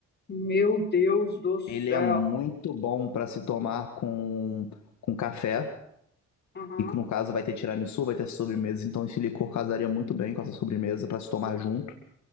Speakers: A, on the left; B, on the left.
A: meu Deus do céu.
B: Ele é muito bom para se tomar com, com café.
A: Aham,
B: E no caso vai ter tiramisu, vai ter sobremesa. Então esse licor casaria muito bem com essa sobremesa para se tomar junto.